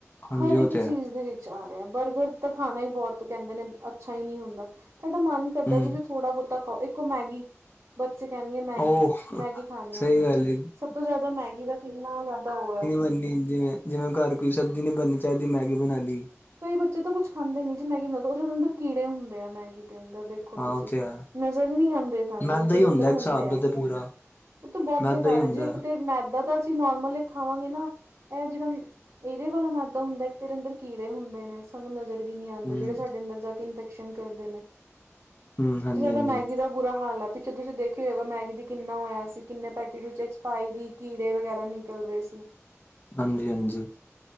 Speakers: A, on the left; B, on the right.
A: ਹਾਂਜੀ
B: ਹਰ
A: ਉਹ
B: ਇੱਕ ਚੀਜ਼
A: ਤੇ ਹੈ
B: ਦੇ ਵਿੱ ਚ ਆ ਰਿਹਾ ਬਰਗਰ ਤਾਂ ਖਾਣਾ ਹੀ ਬਹੁਤ ਕਹਿੰਦੇ ਨੇ ਅੱਛਾ ਹੀ ਨਹੀਂ ਹੁੰਦਾ ਤੁਹਾਡਾ ਮਨ ਕਰਦਾ
A: ਹੂੰ
B: ਤੁਸੀਂ ਥੋੜਾ ਬੋਹੁਤਾ ਖਾਓ ਇੱਕ ਔ ਮੈਗੀ ਬੱਚੇ ਕਹਿਣਗੇ ਮੈਗੀ,
A: ਉਹ
B: ਮੈਗੀ ਖਾਣੀ ਐ
A: <unintelligible>
B: ਸਭ ਤੋਂ ਜ਼ਿਆਦਾ ਮੈਗੀ ਦਾ ਕਿੰਨਾ ਜ਼ਿਆਦਾ ਔਹ ਹੈ
A: ਬਨੀ ਜਿਵੇਂ, ਜਿਵੇਂ ਘਰ ਕੋਈ ਸਬਜ਼ੀ ਨਹੀਂ ਬਣਨੀ ਚਾਹੀਦੀ ਮੈਗੀ ਬਣਾ ਲੀ
B: ਕਈ ਬੱਚੇ ਤਾਂ ਕੁੱਝ ਖਾਂਦੇ ਨੀ ਜੀ ਮੈਗੀ ਉਹ ਅੰਦਰ ਕੀੜੇ ਹੁੰਦੇ ਆ ਮੈਗੀ ਦੇ ਅੰਦਰ ਦੇਖ ਦੇਖੋ
A: ਹਾਂ
B: ਤੁਸੀਂ
A: ਉਹ ਤੇ ਹੈ
B: ਨਜ਼ਰ ਨਹੀਂ ਆੰਦੇ ਸਾਨੂੰ
A: ਮੈਦਾ
B: ਬਟ ਉਹਦੇ
A: ਹੀ ਹੁੰਦਾ
B: ਅੰਦਰ ਹੁੰਦੇ
A: ਇੱਕ ਹਿਸਾਬ
B: ਆ।
A: ਦਾ ਤੇ ਪੂਰਾ
B: ਉਹ ਤਾਂ ਬਹੁਤ
A: ਮੈਦਾ
B: ਬੇਕਾਰ
A: ਹੀ ਹੁੰਦਾ
B: ਹੈ ਜੀ ਇੱਕ ਤੇ ਮੈਦਾ ਤਾਂ ਅਸੀਂ ਨੋਰਮਲ ਖਾਵਾਂਗੇ ਨਾ ਇਹ ਜਿਹੜਾ ਏਰੇ ਵਾਲਾ ਮੈਦਾ ਹੁੰਦਾ ਇੱਕ ਤੇਰੇ ਅੰਦਰ ਕੀੜ ਕਿੜੇ ਹੁੰਦੇ ਨੇ ਸਾਨੂੰ ਨਜ਼ਰ ਵੀ ਨੀ ਆਉਂਦੇ,
A: ਹੂੰ
B: ਜਿਹੜੇ ਸਾਡੇ ਅੰਦਰ ਜਾ ਕੇ ਇਨਫੈਕਸ਼ਨ ਕਰਦੇ ਨੇ।
A: ਹੂੰ
B: ਸਭ
A: ਹਾਂਜੀ
B: ਤੋਂ ਜ਼ਿਆਦਾ
A: ਹਾਂਜੀ
B: ਮੈਗੀ ਦਾ ਬੁਰਾ ਹਾਲ ਏ। ਪਿੱਛੇ ਤੁਸੀਂ ਦੇਖਿਆ ਹੋਏਗਾ, ਮੈਗੀ ਦੀ ਕਿੰਨਾ ਹੋਇਆ ਸੀ ਕਿੰਨੇ ਪੈਕੇਟ ਵਿੱਚ ਐਕਸਪਾਇਰੀ ਕੀੜੇ ਵਗੈਰਾ ਨਿਕਲ ਰਹੇ ਸੀ।
A: ਹਾਂਜੀ ਹਾਂਜੀ